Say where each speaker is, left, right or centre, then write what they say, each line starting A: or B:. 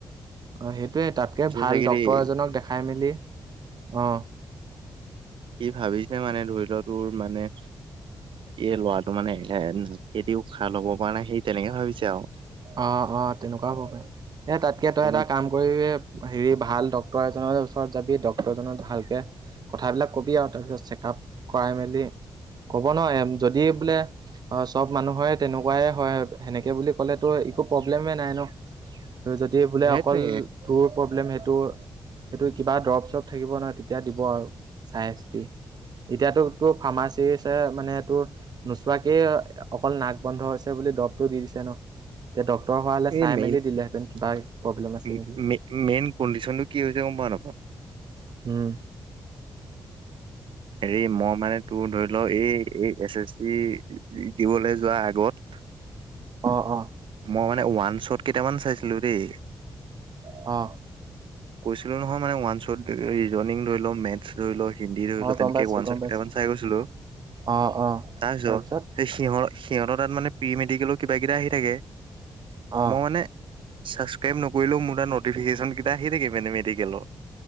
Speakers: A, on the right; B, on the right.
A: অ' সেইটোয়ে তাতকে ভাল
B: চাগে
A: ডক্তৰ
B: দেই
A: এজনক দেখাই মেলি, অ'
B: সি ভাবিছে মানে, ধৰি ল' তোৰ মানে এই ল'ৰাটো মানে এ কেদি উশাহ ল'ব পৰা নাই, সেই তেনেকে ভাবিছে আও।
A: অ' অ', তেনেকুৱাও হ'ব পাৰে, এ তাতকে
B: সেইটো
A: তই
B: মানে
A: এটা কাম কৰি হেৰি ভাল ডক্তৰ এজনৰ ওচৰত যাবি, ডক্তৰ জনক ভালকে কথাবিলাক ক'বি, আৰু তাৰপিছত চেকআপ কৰাই মেলি ক'ব নহ, এ যদি বোলে অ চব মানুহৰে তেনেকুৱাই হয়। সেনেকে বুলি ক'লে ত' একো প্ৰব্লেমে নাই ন, তই যদি
B: উম
A: বোলে
B: সেইটোৱে
A: অকল তোৰ প্ৰব্লেম সেইটো সেইটো কিবা দৰপ-চৰপ থাকিব নহ, তেতিয়া দিব আৰু চাই-চিতি। এতিয়াতো তোৰ ফাৰ্মাচীছে মানে তোৰ নোচোৱাকেই অকল নাক বন্ধ হৈছে বুলি দবটো দি দিছে ন। এতিয়া ডক্তৰ হোৱা হ'লে
B: এই,
A: চাই
B: মেই-মেইন
A: মেলি দিলেহেঁতেন কিবা প্ৰব্লেম আছে নেকি।
B: কণ্ডিচনটো কি হৈছে, গম পাৱ নাপাৱ?
A: উম'।
B: হেৰি, মই মানে তোৰ ধৰি ল, এই এই এছ এছ চি দিবলৈ যোৱা আগত
A: অ', অ'।
B: মই মানে ওৱান শ্বত কেইটামান চাইছিলোঁ দেই।
A: অঁ।
B: কৈছিলোঁ নহয়, মানে ওৱান শ্বত ৰনিং ধৰি ল, মেট ৰৈ ল, হিন্দী ৰই ল,
A: অ', গম
B: তেনেকে
A: পাইছোঁ
B: ৱান
A: গম
B: শ্বট
A: পাইছোঁ।
B: কেইামান চাই গৈছিলোঁ।
A: অ', অ',
B: তাৰ পিছত
A: তাৰপিছত
B: সেই সিহ সিহঁতৰ তাত মানে প্ৰি-মেডিকেল কিবা কিটা আহি থাকে।
A: অ',
B: মই মানে ছাবস্ক্ৰাইব নকৰিলেও মোৰ তাত নটিফিকেচনকিটা আহি থাকে, মানে মেডিকেল।